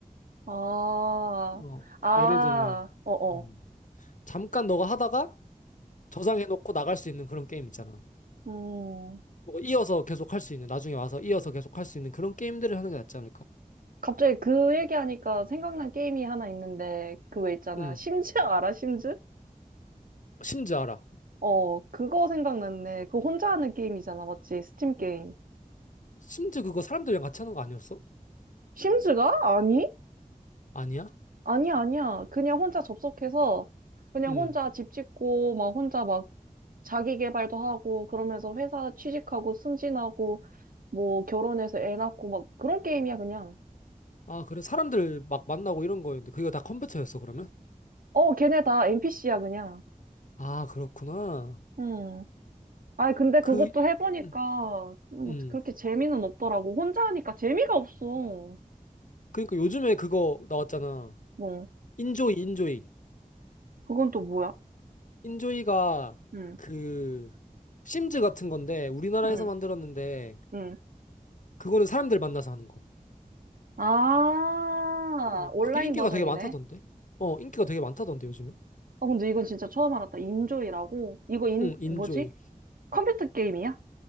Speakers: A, on the right; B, on the left.
A: 아,
B: 어,
A: 아,
B: 예를 들면
A: 어어.
B: 음, 잠깐 너가 하다가 저장해놓고 나갈 수 있는 그런 게임 있잖아.
A: 음,
B: 뭐 이어서 계속 할 수 있는 나중에 와서 이어서 계속 할 수 있는 그런 게임들을 하는 게 낫지 않을까?
A: 갑자기 그 얘기하니까 생각난 게임이 하나 있는데, 그 왜 있잖아.
B: 음,
A: 심즈 <laughs> 알아, 심즈?
B: 심즈 알아.
A: 어, 그거 생각났네. 그거 혼자 하는 게임이잖아, 맞지? 스팀 게임.
B: 심즈 그거 사람들이랑 같이 하는 거 아니었어?
A: 심즈가? 아니?
B: 아니야?
A: 아니야, 아니야. 그냥 혼자 접속해서, 그냥
B: 음.
A: 혼자 집 짓고, 막 혼자 막 자기 개발도 하고, 그러면서 회사 취직하고, 승진하고, 뭐 결혼해서 애 낳고, 막 그런 게임이야, 그냥.
B: 아, 그래. 사람들 막 만나고 이런 거였는데 그게 다 컴퓨터였어, 그러면?
A: 어, 걔네 다 NPC야, 그냥.
B: 아, 그렇구나.
A: 음. 아니, 근데 그것도
B: 그
A: 해보니까
B: 음,
A: 뭐
B: 음.
A: 그렇게 재미는 없더라고. 혼자 하니까 재미가 없어.
B: 그러니까 요즘에 그거 나왔잖아.
A: 뭐,
B: 인조이, 인조이.
A: 그건 또 뭐야?
B: 인조이가
A: 응,
B: 그 심즈 같은 건데 우리나라에서
A: 응,
B: 만들었는데
A: 응.
B: 그거는 사람들 만나서 하는 거.
A: 아,
B: 어,
A: 온라인
B: 그게 인기가
A: 버전이네.
B: 되게 많다던데. 어, 인기가 되게 많다던데 요즘에.
A: 아, 근데 이건 진짜 처음 알았다. 인조이라고? 이거 인,
B: 응, 인조이.
A: 뭐지? 컴퓨터 게임이야?